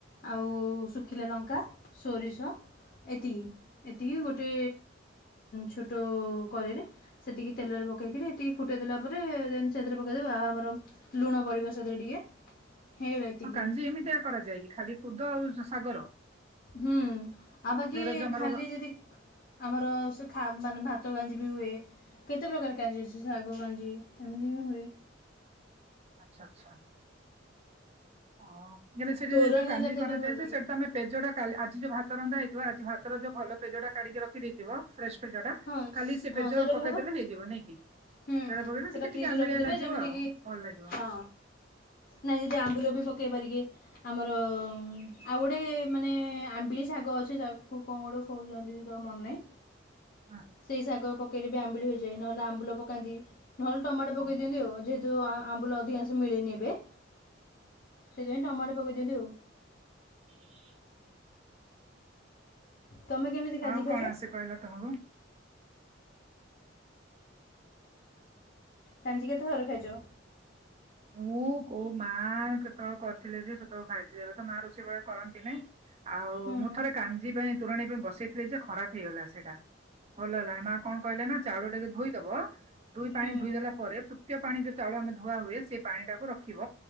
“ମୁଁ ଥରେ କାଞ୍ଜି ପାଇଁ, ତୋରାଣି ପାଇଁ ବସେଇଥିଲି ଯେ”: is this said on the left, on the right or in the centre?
Right